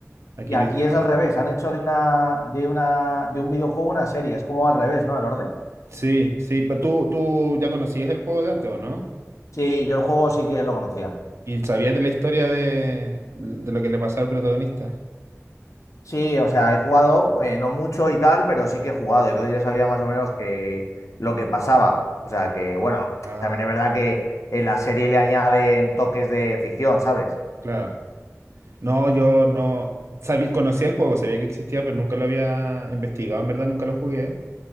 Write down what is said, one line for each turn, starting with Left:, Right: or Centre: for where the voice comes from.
Right: aquí
Left: Y aquí
Right: lo hicieron.
Left: es al revés, han hecho de una, de una, de un videojuego una serie, es como al revés, ¿no? El orden.
Right: Sí, sí, pero tú, tú ya conocías el juego de antes, ¿o no?
Left: Sí, yo el juego sí que lo conocía.
Right: ¿Y sabías de la historia de, de lo que le pasó al protagonista?
Left: Sí, o sea, he jugado, eh, no mucho y tal, pero sí que he jugado, entonces ya sabía más o menos que lo que pasaba. O sea, que bueno,
Right: Ah,
Left: también es verdad que en la serie le añaden toques de ficción, ¿sabes?
Right: claro. No, yo no sabía, conocía el juego, sabía que existía, pero nunca lo había investigado, en verdad nunca lo jugué.